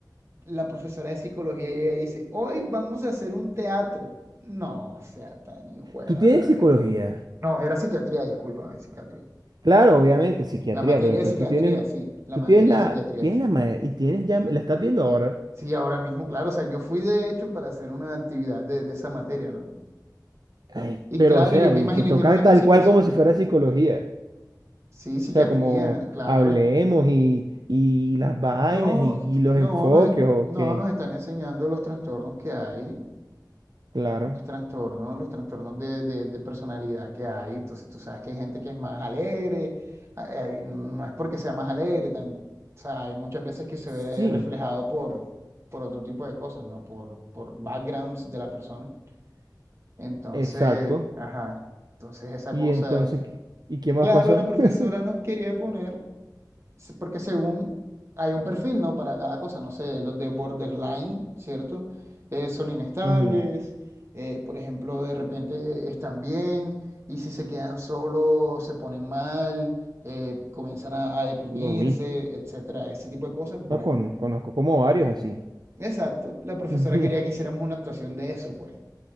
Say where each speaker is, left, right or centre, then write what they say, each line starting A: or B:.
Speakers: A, on the right; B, on the right.
A: la profesora de psicología llega y dice, hoy vamos a hacer un teatro. No, sea tan hijo de
B: tú
A: madre.
B: tienes psicología,
A: No, era psiquiatría, discúlpame, psiquiatría.
B: claro, obviamente, psiquiatría,
A: La materia
B: pero entonces
A: de psiquiatría,
B: tú tienes,
A: sí, la
B: tú
A: materia
B: tienes la,
A: de psiquiatría.
B: tienes la ma- y tienes ya, la estás viendo ahora,
A: Sí, ahora mismo, claro. O sea, yo fui de hecho para hacer una actividad de, de esa materia, ¿no?
B: ay,
A: Y
B: pero
A: claro,
B: o sea,
A: yo me
B: y
A: imaginé
B: te toca
A: que era una
B: tal
A: presentación.
B: cual como si fuera psicología,
A: Sí, psiquiatría,
B: o sea, como
A: claro.
B: hablemos y, y las vainas
A: No,
B: y, y los
A: no
B: enfoques
A: nos, es-
B: o
A: no
B: qué,
A: nos están enseñando los trastornos que hay,
B: claro,
A: los trastornos, los trastornos de, de- de personalidad que hay. Entonces, tú sabes que hay gente que es más alegre, a- eh, no es porque sea más alegre, tam- o sea, hay muchas veces que se
B: sí,
A: ve reflejado por, por otro tipo de cosas, ¿no? Por, por backgrounds de la persona. Entonces,
B: exacto,
A: ajá, entonces esa
B: y
A: cosa,
B: entonces, ¿qué- ¿y qué más
A: claro,
B: pasó?
A: la profesora
B: <laughs>
A: nos quería poner, se- porque según hay un perfil, ¿no? Para cada cosa, no sé, los de borderline, ¿cierto? Eh, son inestables,
B: Ujú,
A: eh, por ejemplo, de repente están bien y si se quedan solos se ponen mal, eh, comienzan a, a deprimirse,
B: Lo vi,
A: etcétera, ese tipo de cosas. Bueno,
B: no, con- conozco como varios así.
A: exacto, la profesora
B: <laughs>
A: quería que hiciéramos una actuación de eso, pues.